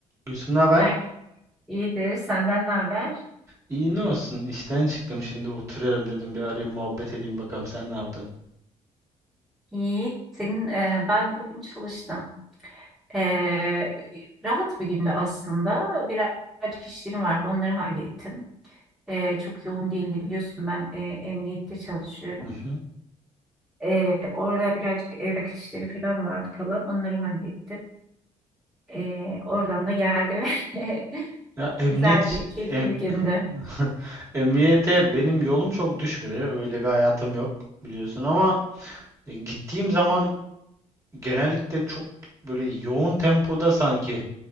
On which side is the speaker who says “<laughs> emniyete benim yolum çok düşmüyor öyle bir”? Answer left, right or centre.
Right